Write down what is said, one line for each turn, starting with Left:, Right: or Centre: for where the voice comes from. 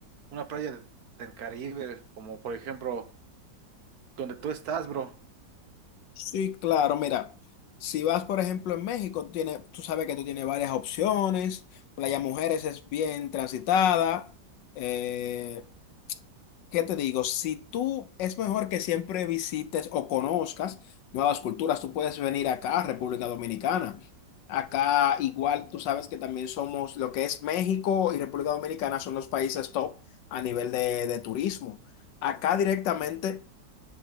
Right: una playa de- del Caribe, como por ejemplo donde tú estás, bro.
Left: Sí, claro, mira, si vas, por ejemplo, en México, tiene, tú sabes que tú tienes varias opciones, Playa Mujeres es bien transitada, eh, ¿qué te digo? Si tú, es mejor que siempre visites o conozcas nuevas culturas, tú puedes venir acá a República Dominicana. Acá igual tú sabes que también somos, lo que es México y República Dominicana son los países top a nivel de de turismo. Acá directamente